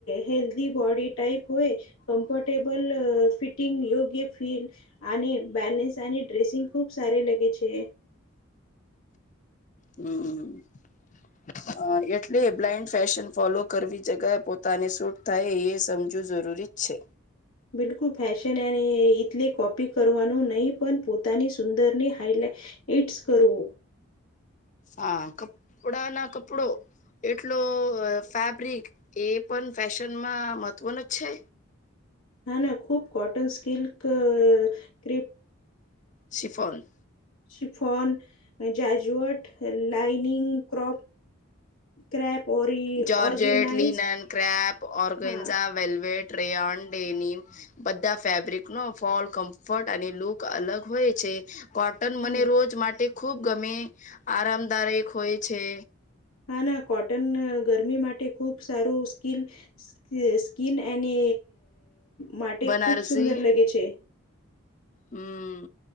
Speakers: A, on the left (about 85°); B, on the left (about 35°).
A: હેલ્ધી બોડી ટાઈપ હોય કમ્ફર્ટેબલ ફિટિંગ યોગ્ય ફીલ આને બેલેન્સ અને ડ્રેસિંગ ખુબ સારે લગે છે.
B: હમ હમ હહ એટલે બ્લાઈન્ડ ફેશન ફોલો કરવી જગ પોતાને સૂટ થાય એ સમજુ જરૂરી જ છે.
A: બિલકુલ ફેશન અને એટલે કોપી કરવાનું નહી પણ પોતાની સુંદરની હાઈલાઇટ ઇટસ કરો.
B: હા કપડાંના કપડો એટલો ફેબ્રિક એ પણ ફેશનમાં મહત્વનો જ છે.
A: હા ના ખૂબ cotton silk crepe
B: chiffon.
A: Chiffon, જાજુઅ, લાઇનિંગ ક્રોપ. ક્રેપ, ઓરી
B: જોર્જેટ,
A: ઓર્ગેનાઇઝ
B: લીનન, ક્રેપ, ઓર્ગઝા,
A: હા
B: વેલ્વેટ, રેયોન, ડેનીમ. બધા ફેબ્રિકનો ફોલ, કમ્ફર્ટ અને લુક અલગ હોય છે. કોટન
A: હા
B: મને
A: ના
B: રોજ માટે ખૂબ ગમે. આરામદાયક હોય છે.
A: હા ના કોટન ગરમી માટે ખુબ સારું. સ્કીલ સ્કીન એને માટે
B: બનારસી
A: ખૂબ સુંદર લગે છે.
B: હમ્મ